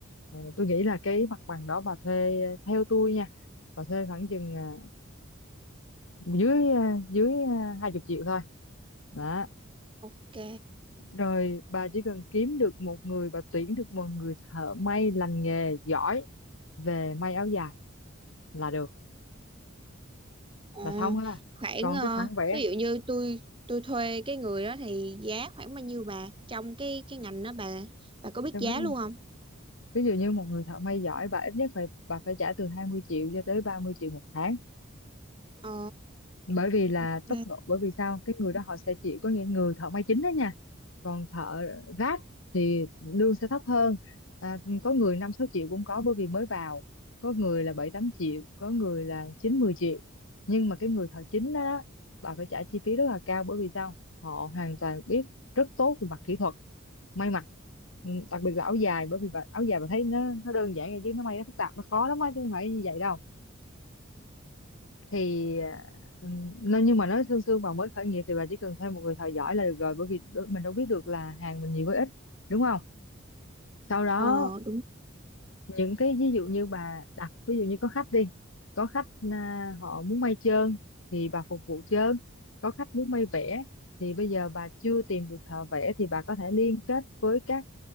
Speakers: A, on the left; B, on the right.
A: ờ, tôi nghĩ là cái mặt bằng đó bà thuê theo tôi nha bà thuê khoảng chừng à, dưới à, dưới à, hai chục triệu thôi đó
B: ok
A: Rồi bà chỉ cần kiếm được một người bà tuyển được một người thợ may lành nghề giỏi về may áo dài là được
B: Ờ,
A: là xong ha.
B: khoảng
A: Còn
B: ờ,
A: cái khoản vẽ
B: ví dụ như tôi tôi thuê cái người đó thì giá khoảng bao nhiêu bà trong cái cái ngành đó bà bà có biết
A: trong
B: giá
A: cái
B: luôn không?
A: ví dụ như một người thợ may giỏi bà ít nhất phải bà phải trả từ 20 triệu cho tới 30 triệu một tháng
B: Ờ
A: bởi vì là
B: ok.
A: tốc độ bởi vì sao cái người đó họ sẽ chỉ có những người thợ may chính đó nha còn thợ ráp thì lương sẽ thấp hơn à, có người năm sáu triệu cũng có bởi vì mới vào có người là bảy tám triệu có người là chín mười triệu nhưng mà cái người thợ chính đó đó, bà phải trả chi phí rất là cao bởi vì sao họ hoàn toàn biết rất tốt về mặt kỹ thuật may mặc Ừ, đặc biệt là áo dài bởi vì bà, áo dài bà thấy nó nó đơn giản vậy chứ nó may nó phức tạp nó khó lắm á chứ không phải như vậy đâu thì ừ, nó- nhưng mà nói sương sương bà mới khởi nghiệp thì bà chỉ cần thêm một người thợ giỏi là được rồi bởi vì đôi- mình đâu biết được là hàng mình nhiều hay ít đúng không sau đó
B: Ờ đúng.
A: những cái ví dụ như bà đặt ví dụ như có khách đi có khách à, họ muốn may trơn thì bà phục vụ trơn có khách muốn may vẽ thì bây giờ bà chưa tìm được thợ vẽ thì bà có thể liên kết với các